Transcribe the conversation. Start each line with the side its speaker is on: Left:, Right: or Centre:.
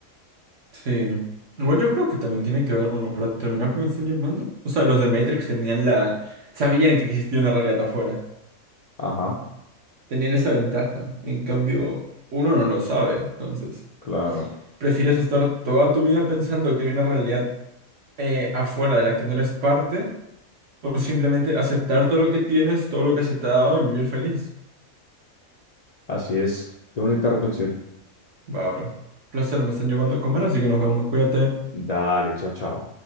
Right: sí. Igual yo creo que también tiene que ver, bueno, para terminar, porque me están llamando. O sea, los de Matrix tenían la, sabían que existía una realidad afuera.
Left: Ajá,
Right: Tenían esa ventaja. En cambio, uno no lo sabe, entonces.
Left: claro,
Right: ¿Prefieres estar toda tu vida pensando que hay una realidad eh, afuera de la que no eres parte? O simplemente aceptar todo lo que tienes, todo lo que se te ha dado y vivir feliz.
Left: así es. Qué bonita reflexión.
Right: Va, bro. Placer, me están llamando a comer, así que nos vemos. Cuídate.
Left: Dale, chao, chao.